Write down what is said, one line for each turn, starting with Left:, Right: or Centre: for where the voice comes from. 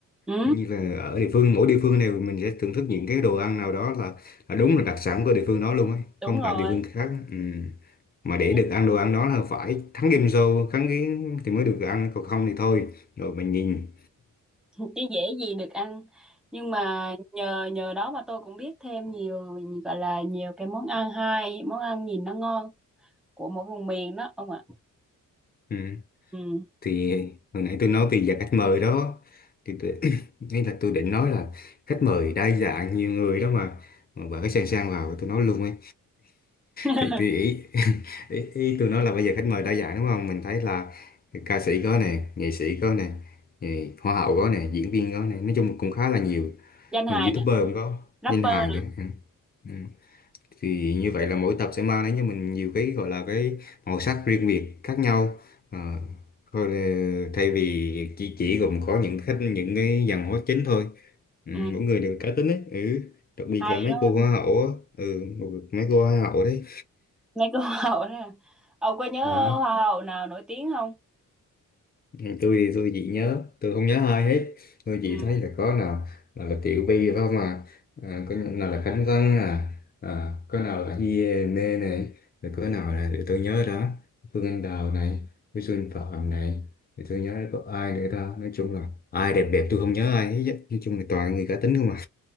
Centre: ừ
Left: như là ở địa phương mỗi địa phương này mình sẽ thưởng thức những cái đồ ăn nào đó là, là đúng là đặc sản của địa phương đó luôn ấy
Centre: đúng
Left: không
Centre: rồi
Left: phải địa phương khác ừ. mà để
Centre: Nên
Left: được ăn đồ ăn đó là phải thắng game show thắng cái thì mới được ăn còn không thì thôi rồi mình nhìn
Centre: chứ dễ gì được ăn nhưng mà nhờ nhờ đó mà tôi cũng biết thêm nhiều gọi là nhiều cái món ăn hay món ăn nhìn nó ngon của mỗi vùng miền đó ông ạ
Left: ừ.
Centre: ừ.
Left: thì hồi nãy tôi nói về dạng khách mời đó thì tôi, <coughs> <clears throat> ý là tôi định nói là khách mời đa dạng nhiều người đó mà mà bà cái sang sang vào tôi nói luôn ấy
Centre: <laughs>
Left: thì tôi ý, <laughs> ý ý tôi nói là bây giờ khách mời đa dạng đúng không mình thấy là ca sĩ có nè nghệ sĩ có nè nghệ- hoa hậu có nè diễn viên có nè nói chung cũng khá là nhiều
Centre: danh hài
Left: người youtuber
Centre: nữa
Left: cũng có
Centre: rapper
Left: danh hài
Centre: nữa
Left: nữa ừ. Ừ. thì như vậy là mỗi tập sẽ mang đến cho mình nhiều cái gọi là cái màu sắc riêng biệt khác nhau Ờ, thôi là- thay vì chỉ chỉ gồm có những khách những cái dàn hóa chính thôi ừ,
Centre: ừ.
Left: mỗi người đều cá tính ấy ừ. đặc biệt
Centre: hay
Left: là mấy
Centre: đó
Left: cô hoa hậu á ừ, mấy cô hoa hậu đấy
Centre: mấy cái hoa hậu đó ông có nhớ
Left: ừ.
Centre: hoa hậu nào nổi tiếng không
Left: Ừ, tôi thì tôi chỉ nhớ tôi không nhớ ai hết tôi chỉ
Centre: ừ.
Left: thấy là có nào là, là Tiểu Vy phải không à, à có nào là Khánh Vân à, à có nào là Hiền này rồi có nào là để tôi nhớ đó Phương Anh Đào này với Xuân Phạm này thì tôi nhớ có ai nữa ta nói chung là ai đẹp đẹp tôi không nhớ ai hết á. nói chung là toàn người cá tính không à